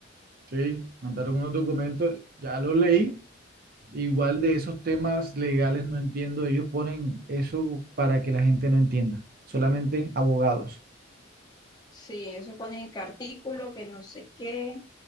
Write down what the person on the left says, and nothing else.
Sí, eso pone que artículo, que no sé qué,